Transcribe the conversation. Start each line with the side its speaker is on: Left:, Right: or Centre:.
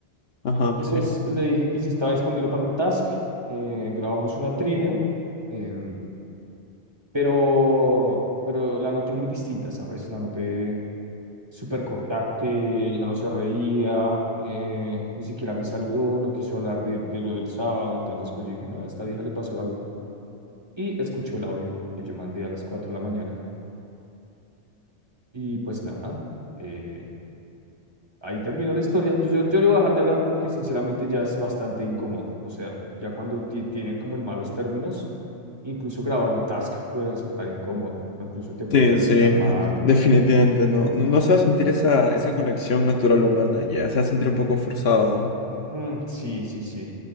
Left: Ajá,
Right: Y
Left: sí.
Right: pues le dije que si estaba disponible para un task, eh, grabamos una trivia, em, pero, pero la noté muy distinta, ¿sabes? La noté súper cortante, ya no se reía, eh, ni siquiera me saludó, no quiso hablar de, de lo del sábado, entonces pues yo dije, no, a esta vieja le pasó algo. Y escuchó el audio que yo mandé a las 4 de la mañana y pues nada, eh, ahí terminó la historia. Yo, yo, yo le voy a dejar de hablar porque sinceramente ya es bastante incómodo. O sea, ya cuando ti- tienen como en malos términos, incluso grabar un task puede resultar incómodo o incluso te puede
Left: Sí,
Right: calificar
Left: sí,
Right: mal.
Left: definitivamente, no. No, no se va a sentir esa, esa conexión natural humana ya, se va a sentir un poco forzado,
Right: Mm, sí, sí, sí.